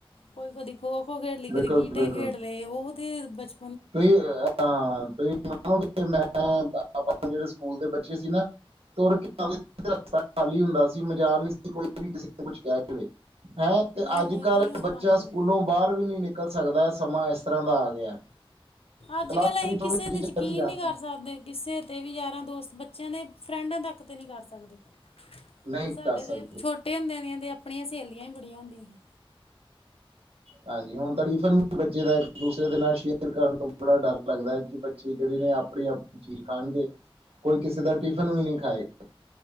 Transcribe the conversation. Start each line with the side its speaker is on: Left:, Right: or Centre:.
Left: ਕੋਈ ਕਦੀ। ਖੋ-ਖੋ ਖੇਡ ਲਈ, ਕਦੀ
Right: ਬਿਲਕੁਲ
Left: ਗੀਟੇ
Right: ਬਿਲਕੁਲ
Left: ਖੇਡ ਲਏ, ਉਹ 'ਤੇ ਬਚ।
Right: ਤੁਸੀਂ ਅ ਤੁਸੀਂ ਮੰਨੋਗੇ <unintelligible> ਮੈਂ ਆਪਣੇ ਜਿਹੜੇ ਸਕੂਲ ਦੇ ਬੱਚੇ ਸੀ ਨਾਂ ਤੁਰ ਕੇ, ਆ ਰਸਤਾ ਖਾਲੀ ਹੁੰਦਾ ਸੀ, ਮਜ਼ਾਲ ਨਹੀਂ ਸੀ ਕੋਈ ਵੀ ਕਿਸੇ ਨੂੰ ਕੁਛ ਕਹਿ। ਦੇਵੇ, ਹੈਂ ਤੇ
Left: ਨਹੀਂ
Right: ਅੱਜ
Left: ਨਹੀਂ
Right: ਕੱਲ੍ਹ
Left: ਜੀ
Right: ਬੱਚਾ,
Left: ਹਾਂਜੀ
Right: ਸਕੂਲੋਂ ਬਾਹਰ ਵੀ ਨੀਂ ਨਿਕ ਨਿਕਲ ਸਕਦਾ, ਸਮਾਂ ਇਸ ਤਰ੍ਹਾਂ ਦਾ ਆ ਗਿਆ।
Left: ਅੱਜ-ਕੱਲ
Right: ਕਲਾਸ
Left: ਅਸੀਂ
Right: ਵਿੱਚੋਂ
Left: ਕਿਸੇ
Right: ਵੀ ਟੀਚਰ
Left: ਦੇ ਯਕੀਨ
Right: ਜਾ
Left: ਨਹੀਂ ਕਰ ਸਕਦੇ ਕਿਸੇ। ਤੇ ਵੀ ਯਾਰਾਂ, ਦੋਸਤ, ਬੱਚਿਆਂ ਦੇ ਫਰੈਂਡਾਂ ਤੱਕ ਤੇ ਨਹੀਂ ਕਰ ਸਕਦੇ,
Right: ਨਹੀਂ
Left: ਤੇ ਸਾਡੇ
Right: ਕਰ ਸਕਦੇ
Left: ਦੇ ਛੋ। ਟੇ ਹੁੰਦਿਆਂ ਦੀਆਂ ਤੇ ਆਪਣੀਆਂ ਸਹੇਲੀਆਂ ਈ ਬੜੀਆਂ ਹੁੰਦੀਆਂ ਨੇ।
Right: ਹਾਂਜੀ, ਹੁਣ ਤਾਂ ਟਿਫਨ ਵੀ ਬੱਚੇ ਦਾ ਇੱਕ ਦੂਸਰੇ ਦੇ ਨਾਲ ਸ਼ੇਅਰ ਕਰਨ ਤੋਂ ਬੜਾ ਡਰ ਲੱਗਦੈ ਕਿ। ਬੱਚੇ ਜਿਹੜੇ ਨੇ ਆਪਣੀ-ਆਪਣੀ ਚੀਜ਼ ਖਾਣਗੇ, ਕੋਈ ਕਿਸੇ ਦਾ ਟਿਫਨ ਵੀ ਨੀਂ ਖਾਏਗਾ।